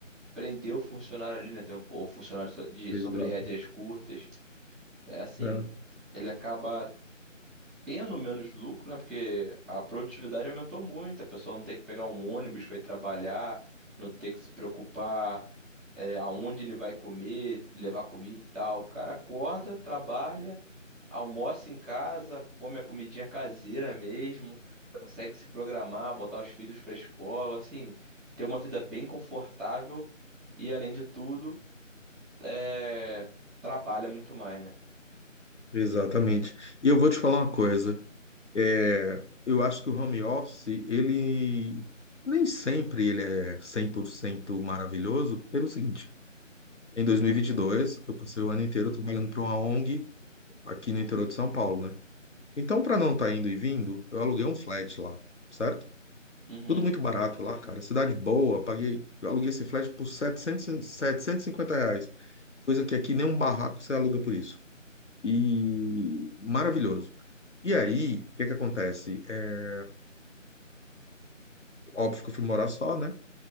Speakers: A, in the centre; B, on the left.
A: prender o funcionário ali, né? Tem um- o funcionário so- de
B: Exato.
A: sobre rédeas curtas. É assim,
B: É,
A: ele acaba tendo menos lucro, né? Porque a produtividade aumentou muito, a pessoa não tem que pegar um ônibus para ir trabalhar, não ter que se preocupar eh, aonde ele vai comer, levar comida e tal. O cara acorda, trabalha. almoça em casa, come a comidinha caseira mesmo, consegue se programar, botar os filhos pra escola, assim, ter uma vida bem confortável e, além de tudo, é, trabalha muito mais, né?
B: exatamente. E eu vou te falar uma coisa. É, eu acho que o home office, ele nem sempre ele é 100% maravilhoso, pelo seguinte. Em 2022, eu passei o ano inteiro trabalhando para uma ONG aqui no interior de São Paulo, né? Então, para não estar indo e vindo, eu aluguei um flat lá, certo?
A: Uhum.
B: Tudo muito barato lá, cara. Cidade boa, paguei, eu aluguei esse flat por 700, e- 750 reais, coisa que aqui nem um barraco você aluga por isso. E maravilhoso. E aí, o que que acontece? É, Óbvio que eu fui morar só, né?